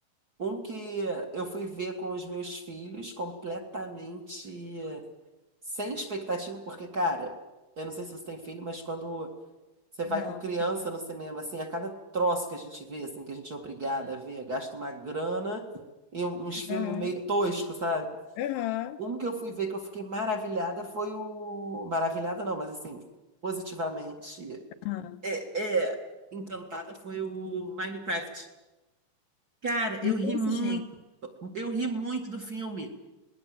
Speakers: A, on the right; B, on the left.
A: Um que eu fui ver com os meus filhos completamente sem expectativa, porque, cara, eu não sei se você tem filho, mas quando você
B: Não,
A: vai com criança
B: tem.
A: no cinema, assim, a cada troço que a gente vê, assim, que a gente é obrigada a ver, gasta uma grana e um, uns filmes
B: Aham,
A: meio toscos, sabe?
B: aham.
A: Um que eu fui ver que eu fiquei maravilhada foi o. Maravilhada não, mas assim, positivamente.
B: Aham.
A: É, é, encantada foi o Minecraft. Cara,
B: Não
A: eu ri muito,
B: assisti.
A: eu ri muito do filme.